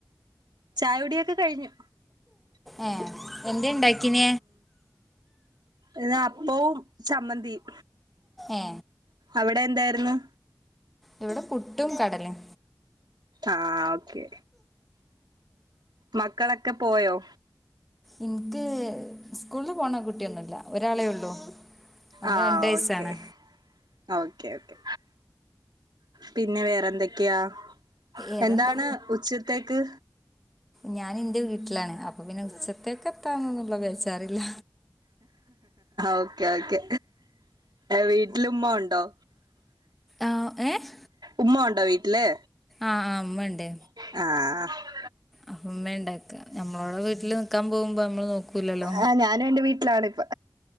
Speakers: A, on the right; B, in the centre.
A: ചായ കുടിയൊക്കെ കഴിഞ്ഞു
B: ഏഹ് എന്തേണ്ടാക്കിന
A: ഇവിടെ അപ്പവും ചമ്മന്തിയും
B: ഏ
A: അവിടെന്തായിരുന്നു
B: ഇവിടെ പുട്ടും കടലയും
A: ആഹ് ഓക്കെ മക്കളൊക്കെ പോയോ
B: ഇൻക്ക് സ്കൂള് പോണ കുട്ടിയൊന്നല്ല ഒരാളേ ഉള്ളൂ. ഓന്
A: ആഹ്
B: രണ്ട് വയസ്സാണ്
A: ഓക്കെ ആഹ്‌ ഓക്കെ ഓക്കെ പിന്നെ വേറെന്തൊക്കെയാ
B: ഏറെന്താ
A: എന്താണ് ഉച്ചത്തേക്ക്
B: ഞാൻ ഇന്റെ വീട്ടിലാണ് അപ്പൊ പിന്നെ ഉച്ചത്തേക്ക് എത്താന്ന്ന്നള്ളച്ചാഅറിയില്ല
A: ഓക്കെ ഓക്കേ വീട്ടില് ഉമ്മ ഉണ്ടോ?
B: ആഹ് ഏഹ്
A: ഉമ്മ ഉണ്ടോ വീട്ടില്
B: ആഹ് ആഹ് ഉമ്മണ്ട്
A: ആഹ് ആഹ്
B: അപ്പമ്മേണ്ടാക്ക നമ്മളോടെ വീട്ടില് നിക്കാൻ പോകുമ്പ നമ്മള് നോക്കൂലല്ലോ
A: ആ ഞാനും എന്റെ വീട്ടിലാണിപ്പ